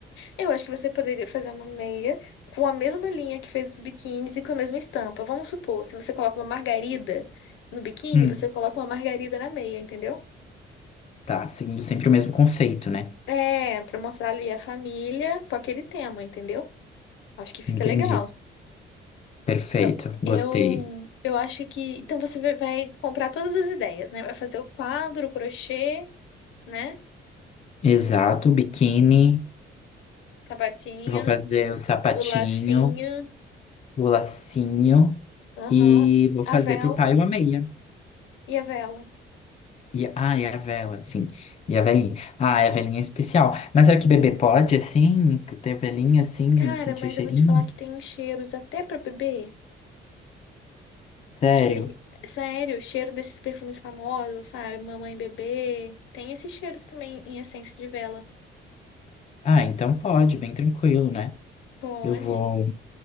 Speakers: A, on the left; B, on the left.
A: Eu acho que você poderia fazer uma meia com a mesma linha que fez os biquínis e com a mesma estampa. Vamos supor, se você coloca uma margarida no biquíni,
B: Hum,
A: você coloca uma margarida na meia, entendeu?
B: tá, seguindo sempre o mesmo conceito, né?
A: É, pra mostrar ali a família com aquele tema, entendeu? Acho que fica
B: Entendi.
A: legal.
B: Perfeito.
A: Eu,
B: Gostei.
A: eu, eu acho que. Então você vai vai comprar todas as ideias, né? Vai fazer o quadro, o crochê, né?
B: Exato, biquíni.
A: Sapatinho,
B: Vou fazer o sapatinho,
A: o lacinho,
B: o lacinho
A: aham,
B: e vou
A: a
B: fazer
A: vela
B: pro pai uma meia.
A: e a vela.
B: E, ah, e a vela, sim. E a velhinha. Ah, a velhinha é especial. Mas será que bebê pode, assim, ter velhinha assim,
A: Cara,
B: sentir
A: mas
B: o cheirinho?
A: eu vou te falar que tem uns cheiros até pra bebê.
B: Sério?
A: Cheirinho. Sério, cheiro desses perfumes famosos, sabe? Mamãe e bebê. Tem esses cheiros também em essência de vela.
B: Ah, então pode, bem tranquilo, né?
A: Pode.
B: Eu vou.